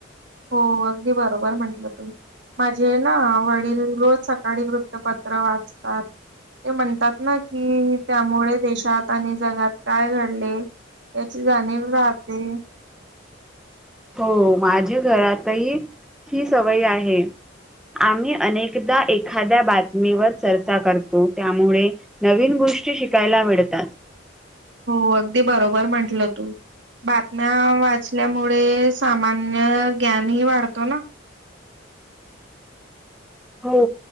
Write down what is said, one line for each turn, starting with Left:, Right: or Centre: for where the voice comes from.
Right: हो अगदी बरोबर म्हंटलं तुम माझे ना वडील रोज सकाळी वृत्तपत्र वाचतात <unintelligible> ते म्हणतात ना की त्यामुळे देशात आणि जगात काय घडले <unintelligible> याची जाणीव राहते
Centre: हो माझ्या घरातही ही सवय आहे <unintelligible> आम्ही अनेकदा एखाद्या बातमीवर चर्चा करतो त्यामुळे <unintelligible> नवीन गोष्टी शिकायला मिळतात
Right: हो अगदी बरोबर म्हटलं तू बातम्या वाचल्यामुळे सामान्य ज्ञान ह वाढतो ना <unintelligible>
Centre: हो